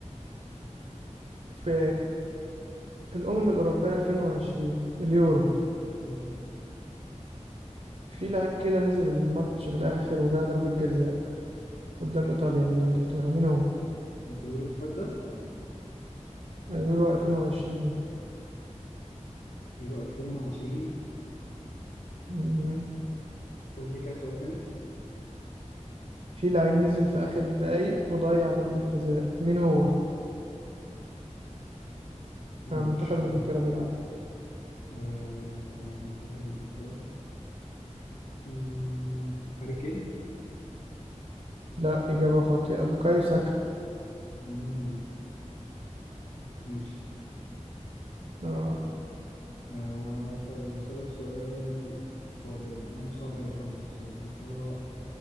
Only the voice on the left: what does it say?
مم. مم.
ما في اليورو اللي فات ده
يورو 2020
قول لي كده سؤال تاني
لا
مش فاكر
آه منتخب انجلترا مم. هاري كين
مم. ماشي
آه طيب هسألك سؤال صعب يعني يعني مش صعب يعني خالص بصراحة بس هو